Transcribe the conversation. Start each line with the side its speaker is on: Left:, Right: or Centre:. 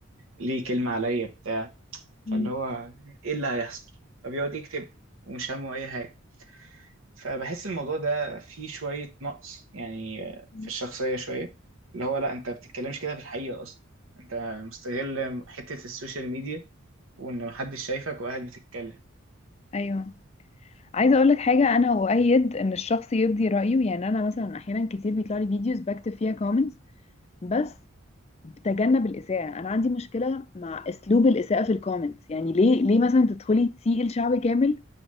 Right: ليه كلمه عليا بتاع
Left: مم.
Right: فاللي هو ايه اللي هيحصل فبيقعد يكتب ومش همه اي حاجه فبحس الموضوع ده فيه شويه نقص يعني
Left: مم.
Right: في الشخصيه شويه اللي هو لا انت بتتكلمش كده في الحقيقه اصلا انت مستغل حته السوشيال ميديا وان محدش شايفك وقاعد بتتكلم
Left: ايوه عايزه اقول لك حاجه انا اؤيد ان الشخص يبدي رايه يعني انا مثلا احيانا كتير بيطلع لي فيديوز بكتب فيها كومنتس بس تجنب الإساءة أنا عندي مشكلة مع أسلوب الإساءة في الكومنتس يعني ليه ليه مثلا تدخلي تسيئي لشعب كامل